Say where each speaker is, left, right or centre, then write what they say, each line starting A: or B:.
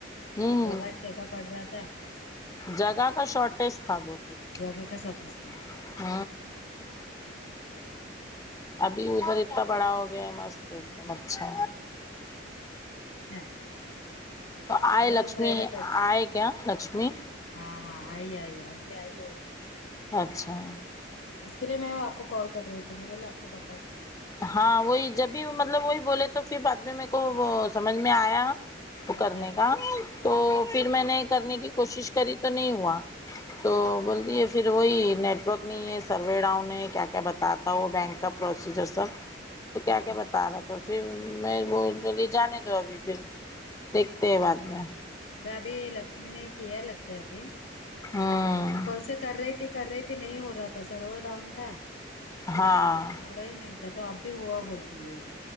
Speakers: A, on the left; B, on the left.
A: ہوں
B: جگہ چھوٹا پڑ رہا تھا
A: جگہ کا شارٹیج تھا بہت ہوں
B: جگہ کا شارٹیج تھا
A: ابھی
B: وہی
A: ادھر اتتا بڑا ہو گیا ہے مست ایک دم اچھا
B: <unintelligible>
A: تو آئے
B: بڑا
A: لکشمی
B: روم رہے گا تو اچھا
A: آئے کیا لکشمی
B: ہاں ہاں آئ آئ ابھی آئی وو
A: اچھا
B: ہاں اس کے لیے میں آپ کو کال کر رہی تھی میں بولے آپ کو بتا دوں
A: ہاں وہی جب بھی مطلب وہی بولے تو پھر بعد میں میرے کو وہ سمجھ میں آیا وہ کرنے
B: اچھا
A: کا تو پھر مینے کرنے کے کوشش کری تو نئی ہوا تو بولدیے پھر پھر وہی نیٹ ورک نہیں ہے سروے ڈاؤن ہے کیا کیا بتاتا وہ بینک کا پروسیجر سب تو کیا
B: اچھا
A: کیا بتارہ تو پھر میں وہ بولی جانے دو ابھی پھر دیکھتے ہیں بعد میں
B: نئی ابھی لکشمی نے کیا لگتا ہے ابھی
A: ہوں
B: کل سے کر رہی تھی کر رہی تھی نہیں ہو رہا تھا سرور ڈاؤن تھا
A: ہاں
B: ہو رہا ہی نہیں تھا تو ابھی ہوا بولتی ہے